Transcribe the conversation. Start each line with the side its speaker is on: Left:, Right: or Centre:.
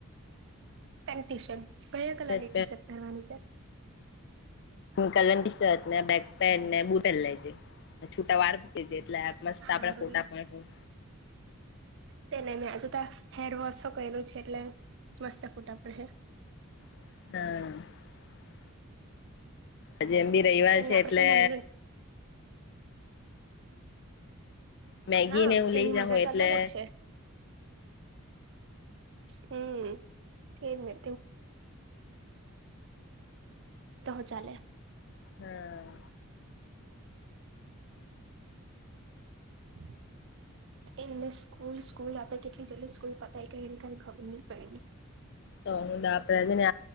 Right: પેન્ટ ટીશર્ટ ક્યાં કલરની
Left: શર્ટ
Right: ટીશર્ટ પહેરવાની છે?
Left: કલંટીી શર્ત બક પેનને બુ પેન લજ છોટા વાર કે છે <inaudible> એટલે મસ્ત
Right: હારું
Left: આપણે ફોટા
Right: લે
Left: પણ
Right: તેને મેં આજે હેર વોશો કર્યું છે, એટલે મસ્તફૂટા પડે.
Left: <inaudible> હજ એમ બી રવિવાર
Right: તેને
Left: છે
Right: આપડે
Left: એટલે
Right: તો નાનલ
Left: મેગી
Right: હા,
Left: ને એવું
Right: તેની
Left: લઈ જાહુ
Right: મજા તો
Left: એટલે
Right: અલગ જ છે. હમ. <inaudible> ચાલે
Left: હા
Right: <inaudible> એમને સ્કૂલ સ્કૂલ આપડણે કેટલી જલ્દી સ્કૂલ પતાવી કે એને કાઈ ખબર નહી પડી.
Left: તો આપડે જેને